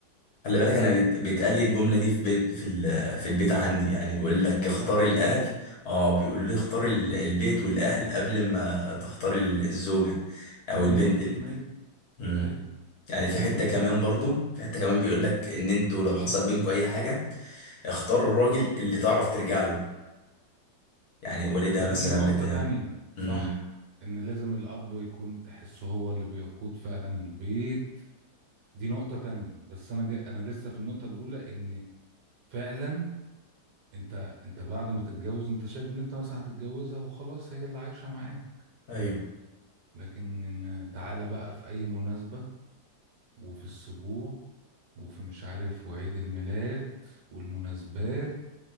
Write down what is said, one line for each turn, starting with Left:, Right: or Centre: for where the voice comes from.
Left: خلي
Right: لا
Left: بالك انا بيت- بيتقال لي الجمله دي في بيت في ال- في البيت عندي يعني بيقول لك
Right: والله
Left: اختار
Right: العظيم
Left: الاهل اه بيقول لي اختار ال- البيت والاهل قبل ما تختار ال- الزوجه او
Right: مليون
Left: البنت
Right: في
Left: ال...
Right: المية
Left: مم.
Right: ايوه
Left: يعني
Right: مليون
Left: في حته كمان
Right: في المية
Left: برضو في حته كمان بيقول لك ان انتوا لو حصل بينكم اي حاجه اختاروا الراجل اللي تعرف ترجع له يعني والدها
Right: ده دي
Left: مثلا
Right: نقطة
Left: بتاع
Right: تانية
Left: امم
Right: صح ان لازم الاب يكون تحسه هو اللي بيقود فعلا البيت دي نقطة تانية بس أنا جاي أنا لسه في النقطة الأولى إن فعلا أنت أنت بعد ما تتجوز أنت شايف إن أنت مثلا هتتجوزها وخلاص هي اللي عايشة معاه
Left: ايوه
Right: لكن تعالى بقى في أي مناسبة وفي السبوع وفي مش عارف وعيد الميلاد والمناسبات